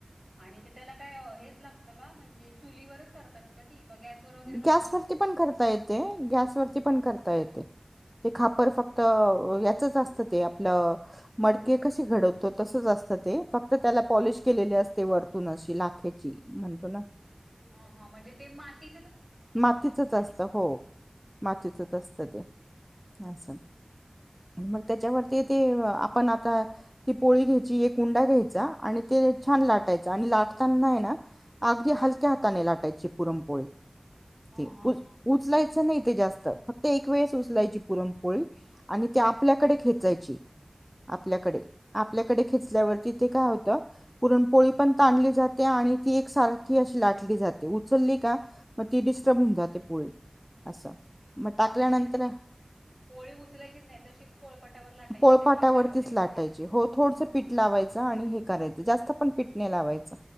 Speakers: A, on the right; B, in the centre.
A: आणि ते त्याला काय हेच लागतं का म्हणजे चुलीवरच करतात का ती का गॅसवर वगैरे पण
B: गॅस
A: होती?
B: वरती पण करता येते. गॅस वरती पण करता येते. ते खापर फक्त याचंच असतं ते, आपलं मडके कसे घडवतो तसच असतं. ते फक्त त्याला पॉलिश केलेली असते, वरतून अशी, लाखेची म्हणतो ना
A: हा हा म्हणजे ते माती
B: मातीतच असत हो, मातीतच
A: हो हो
B: असत ते. हे अस मग त्याच्यावरती ते आपण आता, ती पोळी घ्यायची एक उंडा घ्यायचा आणि ते छान लाटायचं, आणि लाटताना ना, अगदी हलक्या हाताने लाटायची पुरमपोळी,
A: हा
B: ते
A: हा
B: उचलायचं नाही ते जास्त, फक्त एक वेळेस उचलायची पुरण पोळी आणि ते आपल्याकडे खेचायची आपल्याकडे, आपल्याकडे खेचल्यावरती ते काय होतं पुरणपोळी पण ताणली जाते आणि ती एक सारखी अशी लाटली जाते, उचलली का मग ती डिस्टर्ब होऊन जाते पोळी असं, मग
A: हा
B: टाकल्यानंतर
A: म्हणजे ती पोळी उचलायचीच नाही तशीच पोळपाटावर लाटायची
B: पोळपाटावरती
A: ना ती आपल्याकडं खेचत
B: लाटायची हो थोडसं
A: हा
B: पीठ
A: हा
B: ला लावायच आणि हे करायचं जास्त पण पीठ तेल लावायचं